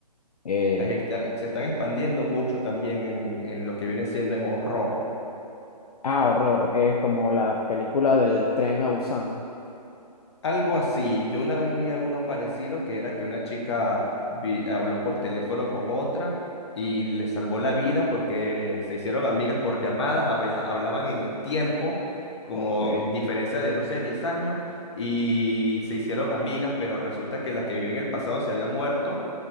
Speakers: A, on the left; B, on the left.
A: Eh,
B: Ahí están- se están expandiendo mucho también en, en lo que viene siendo en horror.
A: Ah, horror. Es como la película del tren a Busan.
B: Algo así. Yo una vez vi a uno parecido que era que una chica vi- habló por teléfono con otra y le salvó la vida porque se hicieron amigas por llamadas, habla- hablaban en el tiempo, como
A: Ok.
B: diferencia de, no sé, 10 años, y se hicieron amigas, pero resulta que la que vivía en el pasado se había muerto